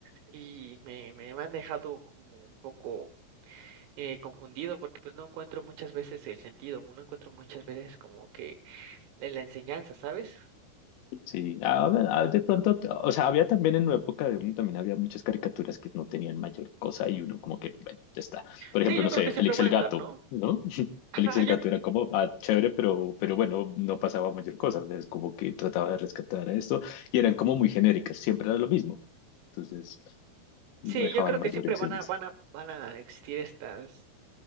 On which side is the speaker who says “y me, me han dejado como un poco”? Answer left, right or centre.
Right